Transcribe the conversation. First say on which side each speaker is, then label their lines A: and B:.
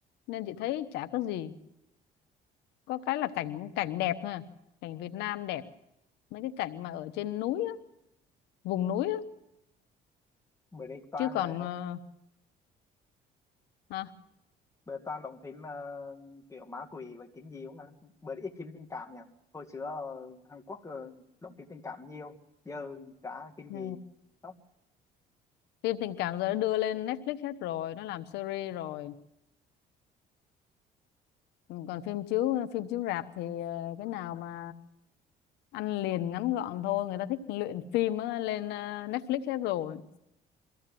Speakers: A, on the left; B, on the left.
A: nên chị thấy chả có gì có cái là cảnh cảnh đẹp thôi à. cảnh Việt Nam đẹp mấy cái cảnh mà ở trên núi á, vùng núi á
B: bữa đây toàn
A: chứ còn
B: ờ,
A: ờ, hả?
B: Bữa toàn đóng phim ờ, kiểu ma quỷ và kinh dị không ạ? Bữa ít phim tình cảm nhỉ? Hồi xưa ờ, Hàn Quốc uh, đóng phim tình cảm nhiều, giờ cả kinh
A: Ừ.
B: dị không?
A: phim tình cảm giờ nó đưa lên Netflix hết rồi nó làm series rồi Ừ, còn phim chiếu phim chiếu rạp thì ờ, cái nào mà ăn liền ngắn gọn thôi người ta thích luyện phim á, lên ờ, Netflix hết rồi